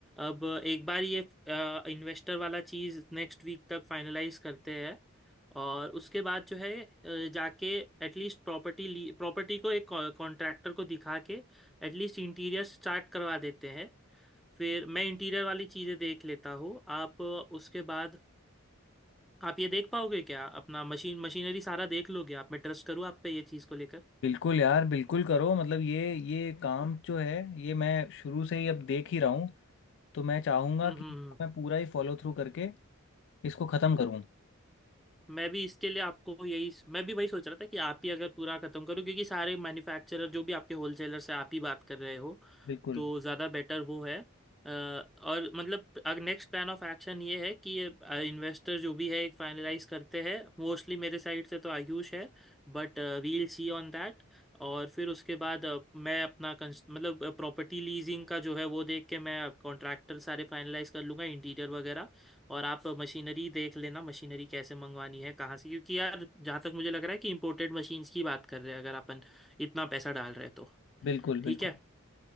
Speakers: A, in the centre; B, on the left.
A: अब एक बार ये इन्वेस्टर वाला चीज़ नेक्स्ट वीक तक फाइनलाइज करते हैं और उसके बाद जो है अ, जाके एटलीस्ट प्रॉपर्टी ली प्रॉपर्टी को एक कॉन्ट्रैक्टर को दिखा के एटलीस्ट इंटीरियर स्टार्ट करवा देते हैं फिर मैं इंटीरियर वाली चीज़ें देख लेता हूँ आप उसके बाद आप ये देख पाओगे क्या अपना मशीन मशीनरी सारा देख लोगे आप मैं ट्रस्ट करूँ आप पे ये चीज़ को लेकर
B: बिल्कुल यार बिल्कुल करो मतलब ये ये काम जो है ये मैं शुरू से ही अब देख ही रहा हूँ तो मैं चाहूंगा
A: हम्म हम्म
B: कि इसको
A: हम्म।
B: मैं पूरा ही फॉलो थ्रू करके इसको खत्म करूं
A: मैं भी इसके लिए आपको यही मैं भी वही सोच रहा था कि आप ही अगर पूरा खत्म करो क्योंकि सारे मैन्युफैक्चरर जो भी आपके होलसेलर से आप ही बात कर रहे हो
B: बिल्कुल
A: तो ज़्यादा बेटर वो है अ, और मतलब नेक्स्ट प्लान ऑफ एक्शन ये है कि इन्वेस्टर जो भी है एक फाइनलाइज करते हैं मोस्टली मेरे साइड से तो आयुष है but we'll see on that और फिर उसके बाद अ, मैं अपना कंस- मतलब प्रॉपर्टी लीजिंग का जो है वो देख के मैं कॉन्ट्रैक्टर सारे फाइनलाइज कर लूँगा इंटीरियर वगैरह और आप मशीनरी देख लेना मशीनरी कैसे मंगवानी है कहाँ से क्योंकि यार जहाँ तक मुझे लग रहा है कि इम्पोर्टेड मशीन्स की बात कर रहे हैं अगर अपन इतना पैसा डाल रहे हैं तो
B: बिल्कुल बिल्कुल
A: ठीक है